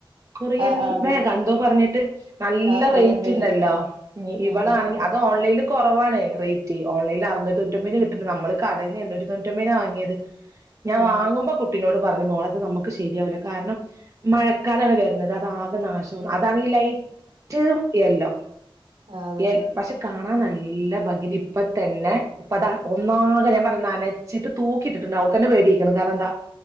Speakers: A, on the right; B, on the right.
A: കൊറിയൻ
B: ആഹ് അതന്നെ
A: ബേഗോ എന്തോ പറഞ്ഞിട്ട് നല്ല
B: ആ കൊറിയൻ
A: റേറ്റ്
B: ബേബി
A: ഉണ്ടല്ലോ ഞ്ഞി ഇവളാണെങ്കി
B: ആ റേറ്റിന്റെ
A: അത് ഓൺലൈനിൽ കുറവാണ് റേറ്റ് ഓൺലൈനിൽ അറുന്നൂറ്റി തൊൂറ്റമ്പന് കിട്ടണ്ട് നമ്മള് കടേന്ന് എണ്ണൂറ്റിതൊണ്ണൂറ്റൊമ്പിനാ വാങ്ങിയത് ഞാൻ
B: ആ
A: വാങ്ങുമ്പോ കു കുട്ടിനോട് പറഞ് മോളേത് നമുക്ക് ശരിയാവില്ല കാരണം മഴക്കാലാണ് വരുന്നത് അതാകെ നാശാവുന്ന് അതാണെങ്കി ലൈറ്റ് എല്ലോ
B: ആ അതന്നെ
A: ഏൽ പക്ഷെ കാണാൻ നല്ല ഭംഗിണ്ട് ഇപ്പ തന്നെ ഇപ്പതാ ഒന്നാക് ഞാൻ പറഞ്ഞ നനച്ചിട്ട് തൂക്കിട്ടിട്ടുണ്ട് അവൾക്ക്ന്നെ പേടിയ്ക്ക്ണ് കാരണം എന്താ